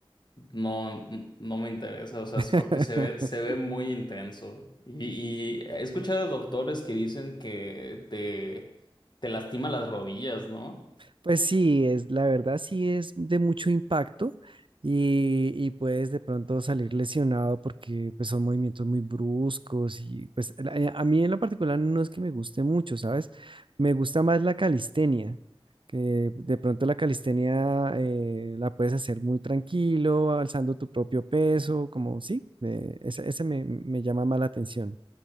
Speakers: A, on the left; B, on the right.
A: No, n- no me interesa, o sea,
B: <laughs>
A: es porque se ve, se ve muy intenso. Y, y he escuchado de doctores que dicen que te, te lastima las rodillas, ¿no?
B: Pues sí, es, la verdad sí es de mucho impacto y, y puedes de pronto salir lesionado porque pues son movimientos muy bruscos y pues a, a mí en lo particular no es que me guste mucho, ¿sabes? Me gusta más la calistenia, que de pronto la calistenia eh, la puedes hacer muy tranquilo, alzando tu propio peso, como sí, eh, ese, ese me, me llama más la atención.